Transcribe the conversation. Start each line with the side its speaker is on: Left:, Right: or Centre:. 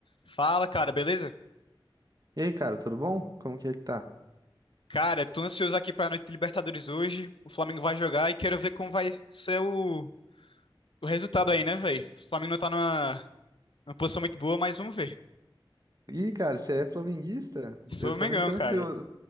Left: Fala, cara, beleza?
Right: E aí, cara, tudo bom? Como que é que tá?
Left: Cara, tô ansioso aqui pra noite de Libertadores hoje. O Flamengo vai jogar e quero ver como vai ser o, o resultado aí, né, velho? O Flamengo não tá numa, numa posição muito boa, mas vamos ver.
Right: Ih, cara, você é flamenguista?
Left: Sou
Right: Eu
Left: Mengão,
Right: também tô ansioso.
Left: cara.